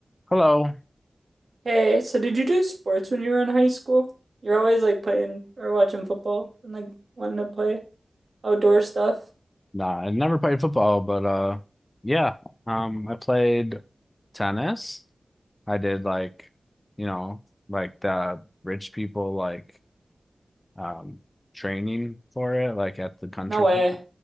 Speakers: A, on the left; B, on the right.
A: Hello.
B: Hey, so did you do sports when you were in high school? You're always like playing or watching football and like wanting to play outdoor stuff.
A: Nah, I never played football, but uh yeah. Um I played tennis. I did like you know, like the rich people like um training for it, like at the country
B: No way.
A: club.